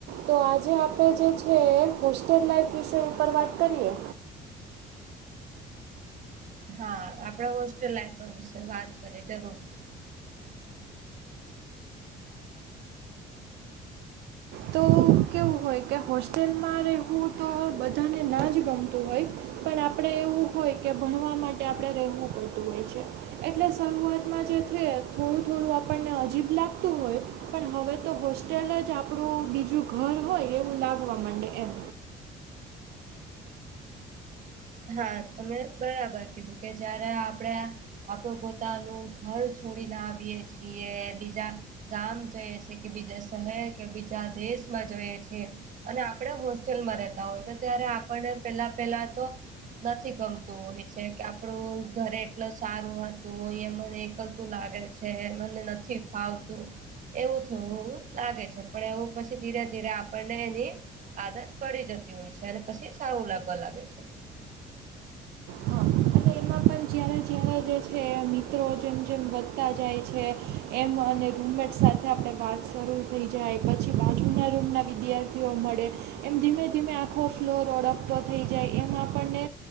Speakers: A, on the right; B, on the right.
A: તો આજે આપણે જે છે હોસ્ટેલ લાઈફ વિષ ઉપર વાત કરીએ.
B: હા આપણા હોસ્ટેલ લાઈફ વિશે વાત કરીએ જરૂર.
A: તો કેવું હોય કે હોસ્ટેલમાં રહેવું તો બધાને ના જ ગમતું હોય. પણ આપણેે એવું હોય કે ભણવા માટે આપણેે રહેવું પડતું હોય છે. એટલે શરૂઆતમાં જે છે થોડું થોડું આપણને અજીબ લાગતું હોય. પણ હવે તો હોસ્ટેલ જ આપણું બીજું ઘર હોય એવું લાગવા મડે એમ.
B: હા તમે બરાબર કીધું કે જયારે આપણે આપડું પોતાનું ઘર છોડીને આવીએ છીએ બીજા ગામ છે છે કે બીજા શહેર કે બીજા દેશમાં જઈએ છેએ. અને આપણે હોસ્ટેલમાં રહેેતા હોય તો ત્યારે આપણને પેલા પેલા તો નથી ગમતું હોય છે કે આપડું ઘરે એટલ સારું હતું એ મને એકલતું લાગે છે. તે મને નથી ફાવતું. એવું થોડુક લાગે છે પણ એવું પછી ધીરે ધીરે આપણને એની આદત પડી જતી હોય છે અને પછી સારું લાગવા લાગે છે‌.
A: હા અને એમાં પણ જ્યારે જ્યારે જે છે મિત્રો જેમ જેમ વધતા જાય છે એમ અને રૂમમેટ સાથે આપણે વાત શરૂ થઈ જાય પછી બાજુના રૂમના વિદ્યાર્થીઓ મળે એમ ધીમે ધીમે આખો ફ્લોર ઓળખતો થઈ જાય એમ આપણને